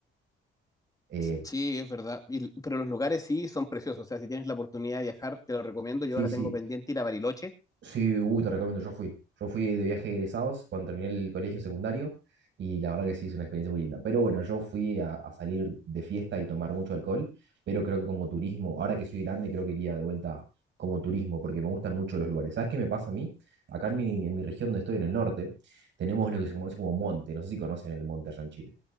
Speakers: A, on the right (about 65°); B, on the left (about 15°).
A: Eh,
B: Sí, es verdad. Y- pero los lugares sí son preciosos. O sea, si tienes la oportunidad de viajar, te lo recomiendo.
A: sí,
B: Yo ahora
A: sí.
B: tengo pendiente ir a Bariloche.
A: Sí, uy, te recomiendo, yo fui. Yo fui de viaje de egresados cuando terminé el colegio secundario y la verdad que sí, es una experiencia muy linda. Pero bueno, yo fui a, a salir de fiesta y tomar mucho alcohol, pero creo que como turismo, ahora que soy grande, creo que iría de vuelta como turismo porque me gustan mucho los lugares. ¿Sabes qué me pasa a mí? Acá en mi, en mi región donde estoy, en el norte, tenemos lo que se conoce como monte. No sé si conocen el monte allá en Chile.